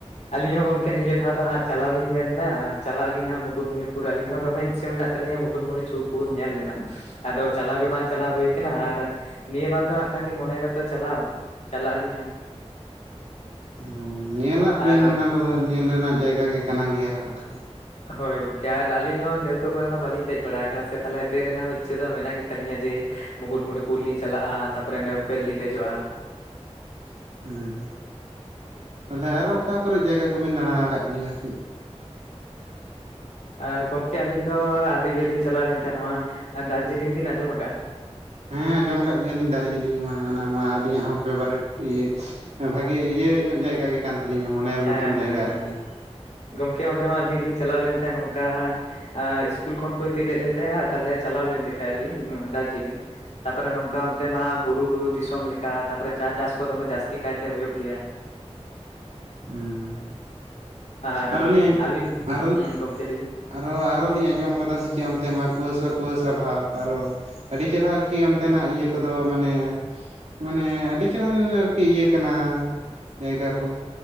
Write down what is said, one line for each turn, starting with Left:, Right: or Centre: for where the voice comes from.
Left: ᱟᱹᱞᱤᱧ ᱦᱚᱸ ᱜᱚᱢᱠᱮ ᱱᱤᱭᱟᱹ ᱫᱷᱟᱶ ᱫᱚ ᱦᱟᱸᱜ ᱪᱟᱞᱟᱣ ᱞᱤᱧ ᱢᱮᱱ ᱮᱫᱟ ᱪᱟᱞᱟᱜ ᱟᱹᱞᱤ ᱦᱟᱸᱜ ᱢᱩᱠᱩᱠᱢᱩᱱᱤᱯᱩᱨ ᱟᱹᱞᱤᱧ ᱦᱚᱸ ᱫᱚᱢᱮ ᱤᱪᱪᱷᱟᱹ ᱢᱮᱱᱟᱜ᱾ ᱛᱟᱞᱤᱧᱟ ᱢᱩᱠᱩᱴᱢᱩᱱᱤ ᱪᱳᱠ ᱯᱩᱨ ᱧᱮᱞ ᱨᱮᱱᱟᱜ ᱟᱫᱚ ᱪᱟᱞᱟᱣ ᱜᱮ ᱵᱟᱝ ᱪᱟᱞᱟᱣ ᱦᱩᱭ ᱟᱠᱟᱱᱟ ᱟᱨ᱾ ᱱᱤᱭᱟᱹ ᱵᱟᱨ ᱫᱚ ᱦᱟᱸᱜ ᱠᱷᱟᱱ ᱞᱤᱧ ᱢᱚᱱᱮᱭᱮᱫᱟ ᱛᱚ ᱪᱟᱞᱟᱣ ᱪᱟᱞᱟᱜ ᱟᱹᱞᱤᱧ ᱦᱟᱸᱜ᱾
Right: ᱩᱸ ᱧᱮᱞ ᱟᱜ ᱵᱤᱱ
Left: ᱟᱨ
Right: ᱚᱱᱟ ᱠᱚᱫᱚ ᱧᱮᱞ ᱨᱮᱱᱟᱜ ᱡᱟᱭᱜᱟ ᱜᱮ ᱠᱟᱱᱟ ᱜᱮᱭᱟ ᱦᱟᱜ ᱠᱷᱟᱱ᱾
Left: ᱦᱳᱭ ᱜᱚᱝᱠᱮ ᱟᱨ ᱟᱹᱞᱤᱧ ᱦᱚᱸ ᱱᱟᱹᱣᱠᱟᱹ ᱠᱚᱨᱮ ᱢᱟ ᱵᱟᱞᱤᱧ ᱫᱮᱡ ᱵᱟᱲᱟ ᱟᱠᱟᱱᱟ ᱥᱮ ᱛᱟᱦᱚᱞᱮ ᱫᱮᱡ ᱨᱮᱱᱟᱜ ᱦᱚᱸ ᱤᱪᱪᱷᱟᱹ ᱫᱚ ᱢᱮᱱᱟᱜ ᱜᱮ᱾ ᱛᱟᱹᱞᱤᱧᱟ ᱡᱮ ᱢᱩᱠᱩᱴᱢᱩᱱᱤᱯᱩᱨ ᱞᱤᱧ ᱪᱟᱞᱟᱜᱼᱟ ᱛᱟᱯᱚᱨᱮ ᱱᱟᱹᱣᱠᱟᱹ ᱨᱮ ᱞᱤᱧ ᱫᱮᱡᱚᱜᱼᱟ᱾
Right: <unintelligible> ᱦᱩᱸ ᱛᱟᱦᱞᱮ ᱟᱨᱚ ᱚᱠᱟ ᱠᱚᱨᱮ ᱡᱟᱭᱜᱟ ᱠᱚᱵᱤᱱ ᱫᱟᱬᱟ ᱟᱠᱟᱫ ᱜᱮᱭᱟ ᱠᱟᱹᱡ᱾
Left: ᱟᱨ ᱜᱚᱢᱠᱮ ᱟᱹᱞᱤᱧ ᱫᱚ ᱟᱨ ᱤᱭᱟᱹ ᱞᱤᱧ ᱪᱟᱞᱟᱣ ᱞᱮᱱ ᱛᱟᱦᱮᱸ ᱱᱚᱣᱟ ᱫᱟᱨᱡᱤᱞᱤᱝ ᱵᱤᱱ ᱟᱸᱡᱚᱢ ᱟᱠᱟᱫ-ᱟ?
Right: ᱦᱮᱸ ᱟᱸᱡᱚᱢ ᱟᱠᱟᱫ ᱜᱮᱭᱟᱞᱤᱧ ᱫᱟᱨᱡᱤᱞᱤᱝ ᱢᱟ ᱚᱱᱟ ᱢᱟ ᱟᱹᱞᱤᱧᱟᱜ ᱦᱚᱸ ᱯᱷᱮᱵᱟᱨᱮᱴ ᱤᱭᱟᱹ ᱵᱷᱟᱜᱮ ᱤᱭᱟᱹ ᱧᱚᱜ ᱡᱟᱭᱜᱟ ᱜᱮ ᱠᱟᱱ ᱛᱟᱹᱞᱤᱧᱟ ᱢᱚᱱᱮᱨ
Left: ᱦᱮᱸ
Right: ᱢᱚᱛᱚᱱ ᱡᱟᱭᱜᱟ
Left: ᱦᱮᱸ ᱦᱮᱸ
Right: ᱟᱨᱠᱤ᱾
Left: ᱜᱚᱢᱠᱮ ᱚᱸᱰᱮ ᱦᱚᱸ ᱟᱹᱞᱤᱧ ᱞᱤᱧ ᱪᱟᱞᱟᱣ ᱞᱮᱱ ᱛᱟᱦᱮᱸᱱ ᱱᱚᱝᱠᱟ ᱟ ᱥᱠᱩᱞ ᱠᱷᱚᱱ ᱠᱚ ᱤᱫᱤ ᱞᱮᱫ ᱞᱮ ᱛᱟᱦᱮᱸ-ᱟ, ᱛᱟᱞᱦᱮ ᱪᱟᱞᱟᱣ ᱞᱮᱱ ᱜᱮ ᱛᱟᱦᱮᱸᱫ-ᱟ ᱞᱤᱧ ᱚᱱᱟ ᱫᱟᱨᱡᱤᱞᱤᱝ᱾ ᱛᱟᱯᱚᱨᱮ ᱱᱚᱝᱠᱟ ᱚᱱᱛᱮ ᱢᱟ ᱵᱩᱨᱩ ᱵᱩᱨᱩ ᱫᱤᱥᱚᱢ ᱞᱮᱠᱟ ᱛᱟᱯᱚᱨᱮ ᱪᱟ ᱪᱟᱥ ᱠᱚ ᱫᱚᱢᱮ ᱡᱟᱹᱥᱛᱤ ᱠᱟᱭ ᱛᱮ ᱦᱚᱭᱩᱜ ᱜᱮᱭᱟ᱾
Right: ᱦᱩᱸ᱾
Left: ᱟᱨ
Right: ᱟᱨᱚ ᱞᱤᱧ
Left: ᱟᱹᱵᱤᱱ᱾
Right: ᱟᱨᱚ
Left: ᱦᱩᱸ ᱜᱚᱢᱠᱮ ᱞᱟᱹᱭ ᱵᱤᱱ᱾
Right: ᱟᱨᱚ ᱟᱨᱚ ᱞᱤᱧ ᱟᱸᱡᱚᱢ ᱟᱠᱟᱫᱟ ᱥᱮ ᱪᱮᱫ ᱚᱱᱛᱮ ᱢᱟ ᱠᱩᱣᱟᱹᱥᱟ ᱠᱩᱣᱟᱹᱥᱟ ᱵᱷᱟᱵ ᱟᱨᱚ ᱟᱹᱰᱤ ᱪᱮᱨᱦᱟ ᱟᱨᱠᱤ ᱚᱱᱛᱮᱱᱟᱜ ᱤᱭᱟᱹ ᱠᱚᱫᱚ ᱢᱟᱱᱮ ᱢᱟᱱᱮ ᱟᱹᱰᱤ ᱪᱮᱨᱦᱟᱱ ᱟᱨᱠᱤ ᱤᱭᱟᱹ ᱠᱟᱱᱟ ᱡᱟᱭᱜᱟ ᱠᱚ᱾